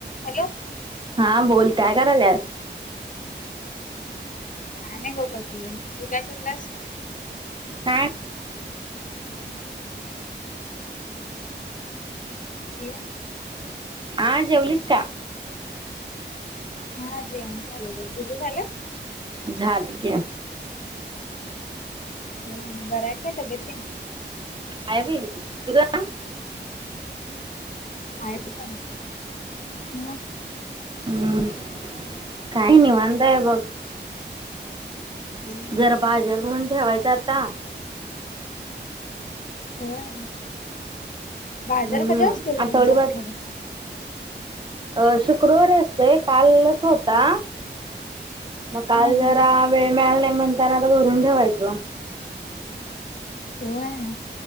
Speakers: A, on the left (about 45°); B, on the right (about 25°).
A: Hello.
B: हा बोल काय करायल्यास.
A: काय नाही बगं बसलोय. तू काय कराल्यास?
B: काय
A: हॅलो.
B: हा जेवलीस का?
A: हा जेवण झालय बघ. तुझं झाल?
B: झालं घे.
A: हम बराय काय तब्बेत तेन.
B: हाय बाई तुजं.
A: आहेत पण म.
B: हम्म काय नाही निवांत आहे बगं.
A: होय
B: जरा बाजार भरून. ठेवायच आता.
A: होय. बाजार
B: हम्म
A: कधी असतो गं
B: आठवडीभर
A: तुमचा आठवड्याचा?
B: अ शुक्रवारी असतोय. कालच होता. मग काल
A: हं
B: जरा
A: हं
B: वेळ मिळाला नाही. म्हणताना आता भरून ठेवायच.
A: व्हय.